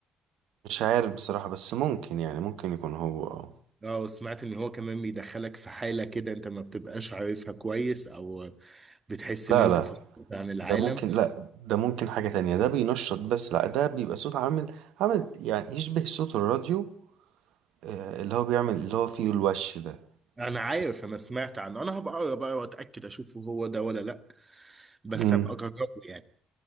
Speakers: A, on the right; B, on the right.
A: مش عارف بصراحة بس ممكن يعني ممكن يكون هو آه.
B: اه سمعت ان هو كمان بيدخلك في حالة كده انت ما بتبقاش عارفها كويس او بتحس
A: لا
B: ان انت
A: لا
B: فصلت عن العالم
A: ده ممكن لا ده ممكن حاجة تانية ده بينشط بس لا ده بيبقى صوت عامل عامل يعني يشبه صوت الراديو آه، اللي هو بيعمل اللي هو فيه الوش ده
B: انا عارف
A: بس
B: انا سمعت عنه انا هبقى اقرا بقى واتاكد اشوف هو ده ولا لا بس
A: مم.
B: هبقى اجربه يعني